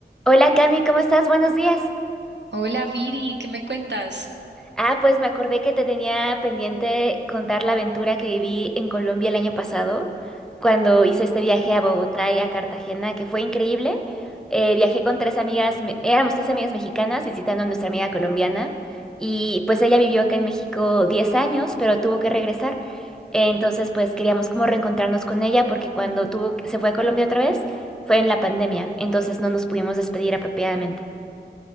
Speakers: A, in the centre; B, on the right.
A: Hola Cami, ¿cómo estás? Buenos días.
B: Hola Viri, ¿qué me cuentas?
A: Ah, pues me acordé que te tenía pendiente contar la aventura que viví en Colombia el año pasado, cuando hice este viaje a Bogotá y a Cartagena, que fue increíble. Eh, viajé con tres amigas, me- éramos tres amigas mexicanas visitando a nuestra amiga colombiana y pues ella vivió acá en México 10 años, pero tuvo que regresar. Entonces pues queríamos como reencontrarnos con ella porque cuando tuvo, se fue a Colombia otra vez fue en la pandemia, entonces no nos pudimos despedir apropiadamente.